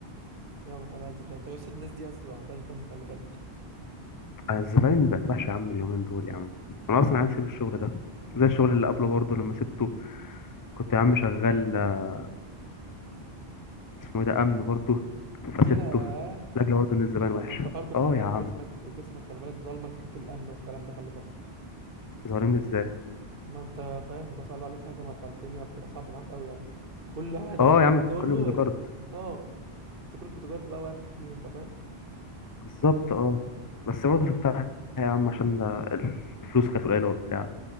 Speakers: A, on the right (about 60°); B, on the left (about 25°).
A: يا نهار ازرق طب يا اسطى الناس دي اصلا ما عندهاش دم خلي بالك
B: آه، الزباين بقت وحشه يا عم اليومين دول يا عم انا اصلا عايز اسيب الشغل ده زي الشغل اللي قبله برضه لما سبته كنت يا عم شغال آه، اسمه ايه ده امن برضه فسبته
A: ياه
B: لاجل برضه ان الزباين وحشه
A: ما انت برضه خلي
B: اه
A: بالك
B: يا عم
A: جسمك جسمك خلي بالك ظالمك في حته الامن والكلام ده خلي بالك
B: ظالمني ازاي
A: ما انت فاهم مثلا قالوا عليك هجمه فالدنيا بتبقى صعبه معاك قوي يعني كل واحد
B: اه
A: هتروح
B: يا عم فكرني
A: تقول له
B: بودي جارد
A: اه افتكروك بتجارة بقى واقف تحميهم بقى فاهم
B: بالظبط اه بس برضه سبتها يا عم عشان آه، الفلوس كانت قليله وبتاع